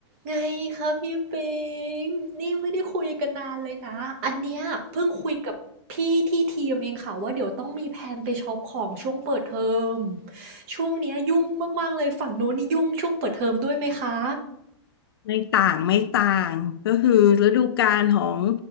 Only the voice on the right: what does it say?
ไงคะพี่ปิงนี่ไม่ได้คุยกันนานเลยนะอันเนี้ยเพิ่งคุยกับพี่ที่ทีมเองค่ะว่าเดี๋ยวต้องมีแผนไปช็อปของช่วงเปิดเทอมช่วงเนี้ยยุ่งมากๆเลยฝั่งนู้นนี่ยุ่งช่วงเปิดเทอมด้วยไหมคะ